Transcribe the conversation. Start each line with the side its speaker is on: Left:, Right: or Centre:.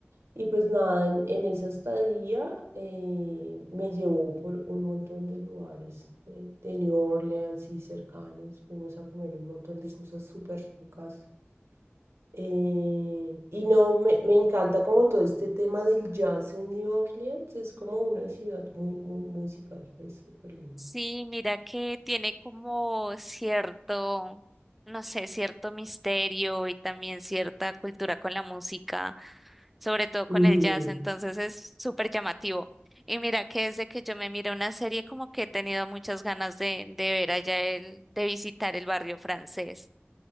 Right: Y pues nada, en, en esa estadía eh, me llevó por un montón de lugares eh, de New Orleans y cercanos, fuimos a comer un montón de cosas súper ricas. Eh, y no, me, me encanta como todo este tema del jazz en New Orleans, es como una ciudad muy, muy musical, es súper
Centre: Sí, mira que tiene como cierto, no sé, cierto misterio y también cierta cultura con la música, sobre todo con
Right: lindo.
Centre: el jazz, entonces es súper llamativo. Y mira que desde que yo me miré una serie como que he tenido muchas ganas de, de ver allá el, de visitar el barrio francés.